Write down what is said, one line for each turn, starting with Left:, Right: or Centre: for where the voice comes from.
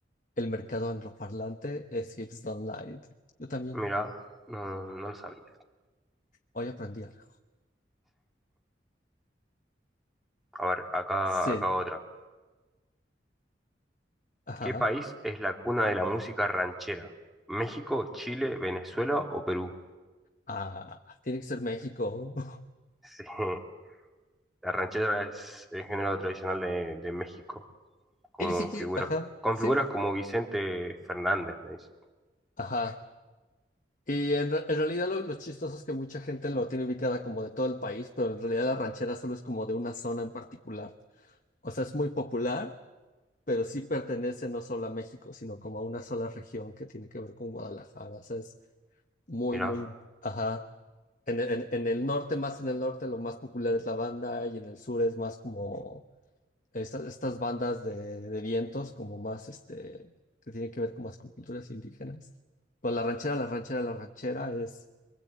Left: el mercado angloparlante es hips don't lie. Yo también
Centre: Mira, no, no no lo sabía.
Left: hoy aprendí algo.
Centre: A ver, acá,
Left: Sí,
Centre: acá otra.
Left: ajá.
Centre: ¿Qué país es la cuna de la música ranchera? ¿México, Chile, Venezuela o Perú?
Left: Ah, tiene que ser México. <laughs>
Centre: <laughs> Sí, la ranchera es el género tradicional de, de México, como
Left: Y ni siquiera,
Centre: figura,
Left: ajá,
Centre: con
Left: sí,
Centre: figuras como Vicente Fernández, me dice.
Left: ajá. Y en, re- en realidad lo, lo chistoso es que mucha gente lo tiene ubicada como de todo el país, pero en realidad la ranchera solo es como de una zona en particular. O sea, es muy popular, pero sí pertenece no solo a México, sino como a una sola región que tiene que ver con Guadalajara. O sea, es muy,
Centre: Mira,
Left: muy, ajá. En, el- en, en el norte, más en el norte, lo más popular es la banda y en el sur es más como estas, estas bandas de, de vientos, como más, este, que tiene que ver con más con culturas indígenas. Pues la ranchera, la ranchera, la ranchera es